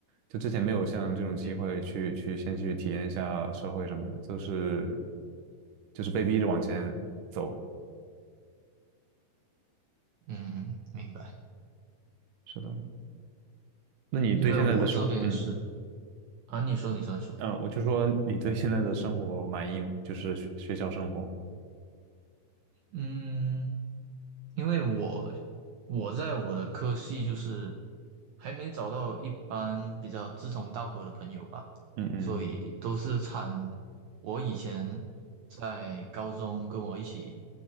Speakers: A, on the right (about 65°); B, on the right (about 85°).
A: 就之前没有像这种机会去去先去体验一下社会什么的，
B: 对，
A: 就是就是被逼着往前走。
B: 嗯，明白。
A: 是的，那你对现在的生活，
B: 因为我这边是
A: 嗯
B: 啊，你说，你说，你说，
A: 嗯，呃我就说你对现在的生活满意吗？就是学学校生活，
B: 嗯，因为我我在我的科系就是还没找到一般比较志同道合的朋友吧，
A: 嗯嗯，
B: 所以都是产我以前在高中跟我一起